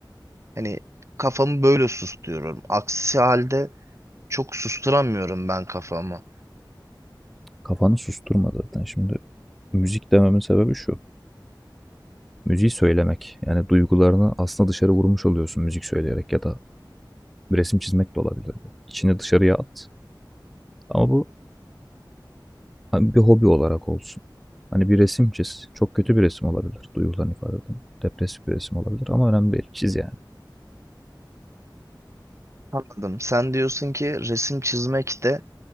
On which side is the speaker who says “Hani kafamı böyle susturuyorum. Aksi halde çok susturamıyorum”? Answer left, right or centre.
Right